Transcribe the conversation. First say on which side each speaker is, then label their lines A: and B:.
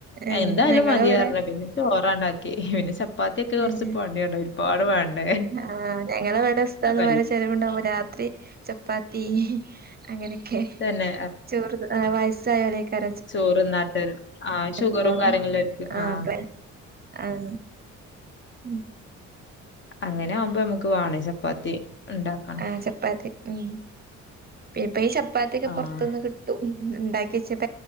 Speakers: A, on the right; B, on the left.
A: ഏഹ്
B: എന്തായാലും
A: ഞങ്ങളവിടെ
B: മതിപറഞ്ഞു. പിന്നെ ചോറ ഉണ്ടാക്കി പിന്നെചപ്പാ ചപ്പാത്തിയൊക്കെ കൊറച്ച്
A: ഏഹ്
B: പണി ആണ് ഒരുപാട് വേണ്ടേ
A: ആഹ് ഞങ്ങളവിടെ ഉസ്താദ്മാര്
B: ആ ക
A: ചെലവുണ്ടാവുമ്പോ രാത്രി ചപ്പാത്തി അങ്ങനൊക്കെ
B: തന്നെ
A: ചോറ് വയസ്സായലൊയ്ക്കാരം
B: ചോറ്ന്നാത്തത്. ആ ഷുഗറും
A: തിന്നോളൂ
B: കാര്യങ്ങലുള്ളോർക്.
A: ആഹ്
B: ആ
A: പെ ആഹ് ഉം
B: അങ്ങനെകുമ്പോ നമുക്ക് വാണെ ചപ്പാത്തി ഇണ്ടാക്കണം.
A: ആ ചപ്പാത്തി ഉം ഇപ്പൊ ഈ ചപ്പാത്തിയൊക്കെ
B: ആഹ്
A: പൊറത്തുന്ന് കിട്ടും. ണ്ടാക്കിച്ച